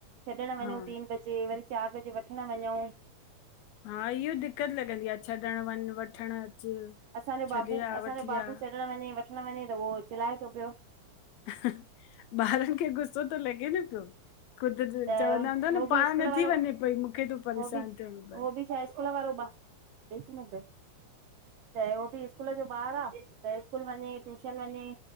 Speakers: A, on the right; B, on the left.
A: छॾण वनऊ
B: हा
A: तीन बज जे वरी चार बजे वठण वनऊ।
B: हा इय दिक्कत लगंदी आह छॾण वन वठण अच!
A: असांजो
B: छॾे
A: बाबू,
B: आ
A: असायो
B: वठी
A: बाबू
B: आ
A: छॾण वञे वठण वञे त उहो चिल्लाए तो प्यो।
B: अहह्ह बारन खे गुस्सो तो लगे न प्यो। ख़ुद
A: त
B: चवंदा हूंदा
A: उहो
B: न पाण
A: बि स्कूल
B: नथी
A: वारो
B: वञे पई मूखे तो
A: उहो
B: परेशान
A: बि
B: थियणो पए
A: हो भी छा स्कूल वारो बार, एक मिनट बैठ त हो भी स्कूल जो बार आ त स्कूल वञें ट्यूशन वञे।